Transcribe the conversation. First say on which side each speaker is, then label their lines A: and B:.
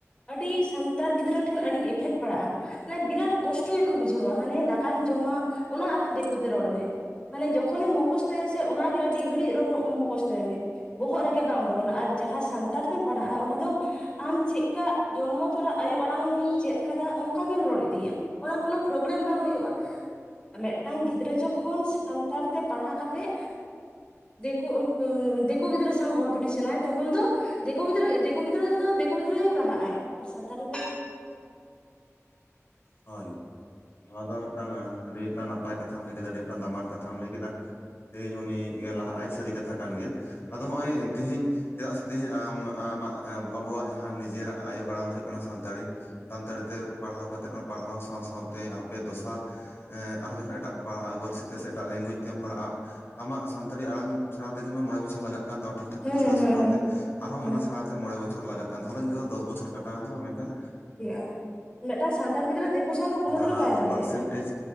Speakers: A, on the left (about 20°); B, on the left (about 50°).
A: ᱟᱹᱰᱤ ᱥᱟᱱᱛᱟᱲ ᱜᱤᱫᱽᱨᱟᱹ ᱴᱷᱮᱱ ᱟᱹᱰᱤ ᱮᱯᱷᱮᱠᱴ ᱯᱟᱲᱟᱜᱼᱟ᱾ ᱱᱮ ᱵᱤᱨᱟᱴ ᱠᱚᱥᱴᱚ ᱜᱮᱠᱚ ᱵᱩᱡᱷᱟᱹᱣᱟ ᱦᱟᱱᱮ ᱫᱟᱠᱟᱧ ᱡᱚᱢᱟ ᱚᱱᱟ ᱟᱨᱦᱚᱸ ᱫᱤᱠᱩᱛᱮ ᱨᱚᱲ ᱢᱮ ᱢᱟᱱᱮ ᱡᱚᱠ ᱠᱷᱚᱱᱮᱢ ᱢᱚᱠᱚᱥᱛᱚᱭᱟ ᱥᱮ ᱚᱱᱟᱜᱮ ᱟᱹᱰᱤ ᱜᱷᱟᱹᱲᱤᱡ ᱨᱚᱸ ᱢᱚᱠᱚᱥᱛᱚᱭ ᱢᱮ᱾ ᱵᱚᱦᱚᱜ ᱨᱮᱜᱮ ᱵᱟᱝ ᱵᱚᱞᱚᱱᱟ ᱟᱨ ᱡᱟᱦᱟᱸ ᱥᱟᱱᱛᱟᱲ ᱛᱮᱢ ᱯᱟᱲᱦᱟᱜᱼᱟ ᱚᱱᱟ ᱫᱚ ᱟᱢ ᱪᱮᱜᱞᱮᱠᱟ ᱡᱚᱱᱢᱚ ᱛᱚᱨᱟ ᱟᱭᱳ ᱟᱲᱟᱝᱮᱢ ᱪᱮᱫ ᱠᱟᱫᱟ ᱚᱝᱠᱟᱜᱮᱢ ᱨᱚᱲ ᱤᱫᱤᱭᱟ᱾ ᱚᱱᱟ ᱠᱳᱱᱳ ᱯᱨᱚᱵᱞᱮᱢ ᱵᱟᱝ ᱦᱩᱭᱩᱜᱼᱟ, ᱢᱤᱫᱴᱟᱝ ᱜᱤᱫᱽᱨᱟᱹ ᱡᱚᱠᱷᱚᱱ ᱥᱟᱱ ᱛᱟᱲ ᱛᱮ ᱯᱟᱲᱦᱟ ᱠᱟᱛᱮᱜ ᱫᱤᱠᱩ ᱩᱸ ᱫᱤᱠᱩ ᱜᱤᱫᱽᱨᱟᱹ ᱥᱟᱶ ᱠᱚᱢᱯᱤᱴᱤᱥᱚᱱᱟᱭ ᱛᱚᱠᱷᱚᱱ ᱫᱚ ᱫᱤᱠᱩ ᱜᱤᱫᱽᱨᱟᱹ ᱫᱤᱠᱩ ᱜᱤᱫᱽᱨᱟᱹ ᱫᱚ ᱫᱤᱠᱩ ᱜᱤᱫᱽᱨᱟᱹᱭ ᱞᱟᱦᱟᱜᱼᱟᱭ᱾ ᱟᱨ ᱥᱟᱱᱛᱟᱲ <inaudible>
B: ᱦᱳᱭ᱾ ᱱᱚᱣᱟ ᱫᱚ ᱢᱤᱫᱴᱟᱝ ᱮ ᱟᱰᱤ <inaudible> ᱱᱟᱯᱟᱭ ᱠᱟᱛᱷᱟᱢ ᱞᱟᱹᱭ ᱠᱮᱫᱟ ᱟᱹᱰᱤ ᱢᱤᱫᱴᱟᱝ ᱫᱟᱢᱟᱱ ᱠᱟᱛᱷᱟᱢ ᱞᱟᱹᱭ ᱠᱮᱫᱟ᱾ ᱛᱮᱦᱤᱧ ᱩᱱᱤ ᱜᱮ ᱞᱟᱦᱟᱜ ᱟᱭ ᱥᱟᱹᱨᱤ ᱠᱟᱛᱷᱟ ᱠᱟᱱ ᱜᱮᱭᱟ, ᱟᱫᱚ ᱦᱚᱸᱜᱼᱚᱭ ᱛᱮᱦᱤᱧ ᱪᱮᱫᱟᱜ ᱥᱮ ᱛᱮᱦᱤᱧ ᱟᱢ ᱟᱢᱟᱜ ᱟ ᱮᱸ ᱟᱵᱚᱣᱟᱜ ᱡᱟᱦᱟᱸ ᱱᱤᱡᱮᱨᱟᱜ ᱟᱭᱳ ᱟᱲᱟᱝ ᱫᱚ ᱦᱩᱭᱩᱜ ᱠᱟᱱᱟ ᱥᱟᱱᱛᱟᱲᱤ᱾ ᱥᱟᱱᱛᱟᱲᱤ ᱛᱮ ᱯᱟᱲᱦᱟᱣ ᱠᱟᱛᱮᱜ ᱚᱸ ᱯᱟᱲᱦᱟᱣ ᱥᱟᱶ ᱥᱟᱶᱛᱮ ᱟᱯᱮ ᱫᱚᱥᱟᱨ ᱮᱸ ᱟᱨᱦᱚ ᱡᱚᱠᱷᱚᱱ ᱮᱴᱟᱜ ᱯᱟ-ᱯᱟᱹᱨᱥᱤ ᱛᱮ ᱥᱮ ᱮᱴᱟᱜ ᱞᱮᱝᱜᱩᱭᱮᱡ ᱛᱮᱢ ᱯᱟᱲᱦᱟᱜᱼᱟ ᱟᱢᱟᱜ ᱥᱟᱱᱛᱟᱲᱤ ᱟᱲᱟᱝ ᱥᱮᱬᱟ ᱛᱮᱜᱮ ᱢᱟ ᱢᱚᱬᱮ ᱵᱚᱪᱷᱚᱨ ᱞᱟᱜᱟᱜ ᱠᱟᱱ ᱛᱟᱢᱟ ᱴᱷᱤᱠ ᱴᱷᱟᱠ
A: ᱦᱮᱸ
B: ᱯᱩᱴᱟᱹᱣ
A: ᱦᱮᱸ
B: ᱥᱮᱦᱤᱜ ᱨᱚᱲ
A: ᱦᱮᱸ
B: ᱛᱮ᱾ ᱟᱨᱦᱚᱸ
A: ᱦᱮᱸ
B: ᱦᱟᱱᱟ ᱥᱮᱬᱟ ᱛᱮ ᱢᱚᱬᱮ ᱵᱚᱪᱷᱚᱨ ᱞᱟᱜ ᱠᱟᱱ ᱛᱟᱦᱞᱮ ᱤᱱᱠᱟᱹ ᱫᱚᱥ ᱵᱚᱪᱷᱚᱨ ᱠᱟᱴᱟᱣᱮᱱ ᱛᱟᱢᱟ ᱢᱮᱱᱠᱷᱟᱱ
A: ᱟ ᱢᱤᱫᱴᱟᱝ ᱥᱟᱱᱛᱟᱲ ᱜᱤᱫ ᱜᱤᱫᱽᱨᱟᱹ ᱫᱮᱠᱳ ᱥᱟᱣ ᱫᱚ ᱠᱳᱱᱳ
B: ᱡᱟᱦᱟ
A: ᱫᱤᱱᱳ ᱵᱟᱭ ᱫᱟᱲᱮᱭᱟᱜᱼᱟᱭ
B: ᱯᱟᱨᱥᱮᱱᱴᱮᱡᱽ